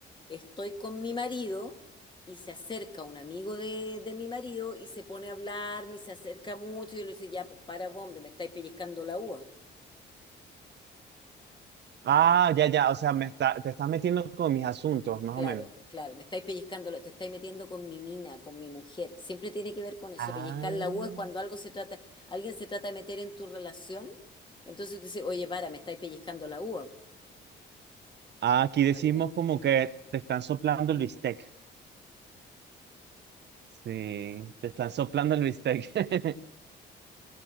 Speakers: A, on the left; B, on the right.
A: estoy con mi marido y se acerca un amigo de, de mi marido y se pone a hablarme y se acerca mucho y yo le digo, ya, pues para, vos, hombre, me estáis pellizcando la uva.
B: Ah, ya, ya. O sea, me está, te estás metiendo con mis asuntos, más
A: Claro,
B: o menos.
A: claro, me estáis pellizcando, la- te estáis metiendo con mi mina, con mi mujer. Siempre tiene que ver con eso.
B: Ah.
A: Pellizcar la uva es cuando algo se trata, alguien se trata de meter en tu relación. Entonces tú dices, oye, para, me estáis pellizcando la uva, po,
B: Ah, aquí
A: en
B: decimos
A: realidad.
B: como que te están soplando el bistec. Sí, te están soplando el bistec. <laughs>